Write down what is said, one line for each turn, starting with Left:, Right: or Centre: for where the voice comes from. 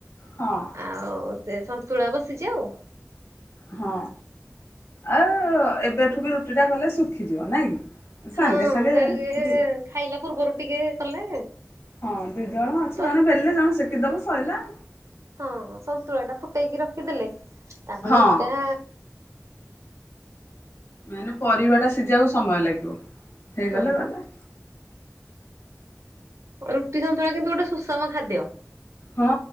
Left: ହଁ
Right: ଆଉ ସେ ସନ୍ତୁଳା ବସିଚି ଆଉ।
Left: ହଁ ଆ ଏବେଠୁ ବି ରୁଟି ଟା କଲେ ଶୁଖିଯିବ ନାଇଁ କି? ସାଙ୍ଗେ
Right: ହଁ
Left: ସାଙ୍ଗେ
Right: ସେ ଟିକେ
Left: ଦି
Right: ଖାଇଲା ପୂର୍ବରୁ ଟିକେ କଲେ
Left: ହଁ ଦୁଇ ଜଣ ଅଛୁ
Right: ସ
Left: ଜଣେ ବେଲିଲେ ଜଣେ ସେକିଦବ ସଇଲା।
Right: ହଁ ସନ୍ତୁଳା ଟା ଫୁଟେଇକି ରଖିଦେଲେ ତାପରେ
Left: ହଁ
Right: ରୁଟିଟା
Left: ମେନେ ପରିବା ଟା ସିଜିବାକୁ ସମୟ ଲାଗିବ ହେଇଗଲେ
Right: ହଁ
Left: ଗଲା।
Right: ରୁଟି ସନ୍ତୁଳା କିନ୍ତୁ ଗୋଟେ ସୁଷମ ଖାଦ୍ୟ।
Left: ହଁ